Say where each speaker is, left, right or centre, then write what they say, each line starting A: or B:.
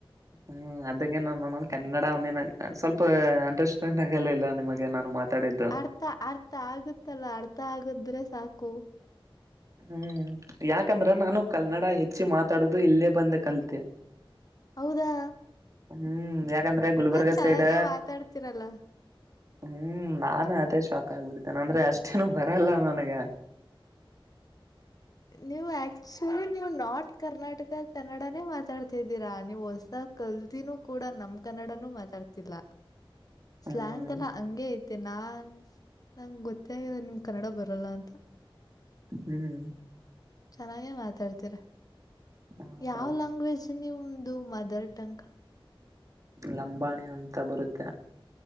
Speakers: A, on the right; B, on the left.
A: ಹ್ಮ ಅದಕ್ಕೆ ನ <unintelligible> ಕನ್ನಡ ಅವನ ಸ್ವಲ್ಪ ಅ <unintelligible> ಾಗಲ್ಲ ಇಲ್ಲ ನಿಮಗೆ ನಾನು ಮಾತಾಡಿದ್ದು?
B: ಅರ್ಥ ಅರ್ಥ ಆಗುತ್ತಲ್ಲ ಅರ್ಥ ಆಗುದ್ರೆ ಸಾಕು.
A: ಹ್ಮ್ ಯಾಕಂದ್ರ ನಾನು ಕನ್ನಡ ಹೆಚ್ಚಿ ಮಾತಾಡದು ಇಲ್ಲೇ ಬಂದ ಕಲ್ತೆ
B: ಹೌದಾ?
A: ಹ್ಮ್ ಯಾಕಂದ್ರೆ ಗುಲ್ಬರ್ಗ
B: ಒಂದ್ ಚೆನ್ನಾಗೇ
A: ಸೈಡ್
B: ಮಾತಾಡ್ತೀರಲ್ಲ.
A: ಹ್ಮ್ ನಾನು ಅದೇ ಶಾಕ್ ಆಗ್ಬಿಡ್ತೇನೆ ಅಂದ್ರೆ ಅಷ್ಟೇನು ಬರಲ್ಲ ನನಗೆ
B: ನೀವು ಆಕ್ಚುಲಿ ನೀವು್ ನಾರ್ತ್ ಕರ್ನಾಟಕ ಕನ್ನಡಾನೇ ಮಾತಾಡ್ತಿದ್ದೀರಾ ನೀವು ಹೊಸಾಗ ಕಲ್ದಿನೂ ಕೂಡ ನಮ್ ಕನ್ನಡನುೂ ಮಾತಾಡ್ತಿಲ್ಲ. ಸ್ಲಯಂಗ್
A: ಹ್ಮ್
B: ಅಲ್ಲ ಹಂಗೆ ಐತೆ ನಾನ್ ನಂಗೆ ಗೊತ್ತೇ ಆದೆ ನಿಮ್ ಕನ್ನಡ ಬರಲ್ಲ ಅಂತ
A: ಹ್ಮ್
B: ಚೆನ್ನಾಗೆ ಮಾತಾಡ್ತೀರ
A: ಹೌದು
B: ಯಾವ್ ಲ್ಯಾಂಗ್ವೇಜ್ ನಿಮ್ದು ಮದರ್ ಟಂಗ್?
A: ಲಂಬಾಣೆ ಅಂತ ಬರುತ್ತೆ.